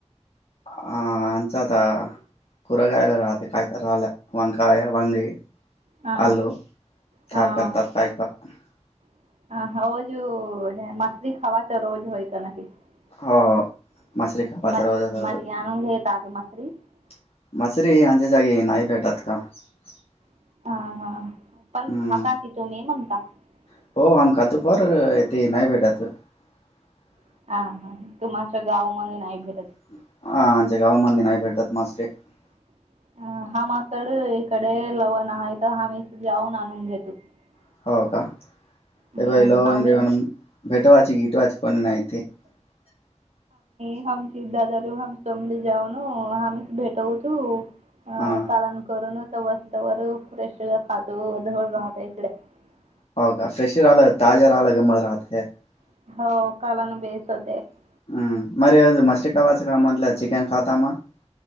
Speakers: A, on the left; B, on the right.
A: <unintelligible> <unintelligible>
B: हा हा <unintelligible>
A: हो.
B: <unintelligible>
A: मसरी खावाच रोज <unintelligible>
B: <unintelligible>
A: हम्म
B: <unintelligible>
A: <unintelligible>
B: <unintelligible>
A: <unintelligible>
B: <unintelligible> <unintelligible>
A: <unintelligible>
B: हम्म, आम्ही
A: <unintelligible>
B: <unintelligible> <unintelligible>
A: हा
B: <unintelligible>
A: <unintelligible>
B: <unintelligible>
A: <unintelligible>